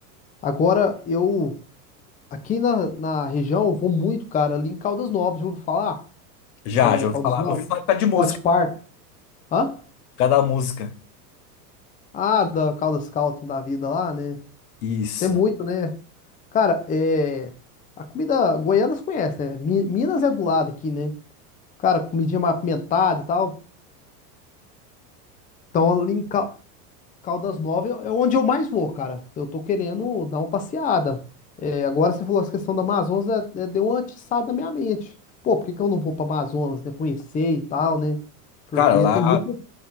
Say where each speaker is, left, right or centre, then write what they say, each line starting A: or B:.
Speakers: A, on the left; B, on the left.
A: agora eu. Aqui na, na região eu vou muito, cara, ali em Caldas Novas, já ouviu falar?
B: Já,
A: É,
B: já ouvi
A: Caldas
B: falar.
A: Novas?
B: Eu ouvi falar por causa de música,
A: Hot Park. Hã?
B: por causa da música.
A: Ah, da Caldas Scouting da vida lá, né?
B: Isso.
A: Tem muito, né? Cara, é. A comida goiana você conhece, né? Mi- Minas é do lado aqui, né? Cara, comidinha mais apimentada e tal. Então, ali em Cal- Caldas Novas é é onde eu mais vou, cara. Eu tô querendo dar uma passeada. É, agora você falou essa questão da Amazonas, é- é- deu uma atiçada na minha mente. Pô, por que que eu não vou pra Amazonas, né? Conhecer e tal, né? Porque
B: Cara, lá
A: tem muito